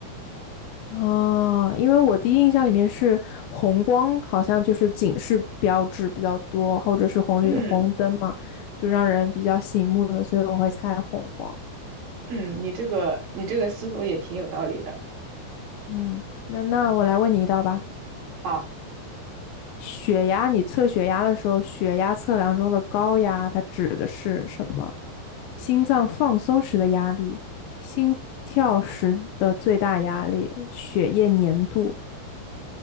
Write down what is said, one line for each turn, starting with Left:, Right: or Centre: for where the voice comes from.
Left: 哦，因为我第一印象里面是红光，好像就是警示标志比较多，或者是红绿红灯嘛，
Right: 嗯
Left: 就让人比较醒目的，所以我会猜红光。
Right: 嗯，你这个你这个思路也挺有道理的。
Left: 嗯，那那我来问你一道吧。
Right: 好，
Left: 血压，你测血压的时候，血压测量中的高压，它指的是什么？心脏放松时的压力，心跳时的最大压力，血液粘度，